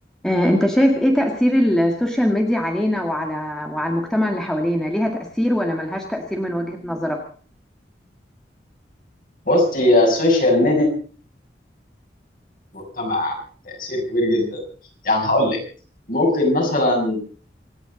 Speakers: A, in the centre; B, on the left (about 50°).
A: آه، انت شايف ايه تأثير السوشيال ميديا علينا وعلى وعلى المجتمع اللي حوالينا ليها تأثير ولا ملهاش تأثير من وجهة نظرك
B: بص هي السوشيال ميديا في المجتمع يعني تأثير كبير جدا يعني هقول لك ممكن مثلا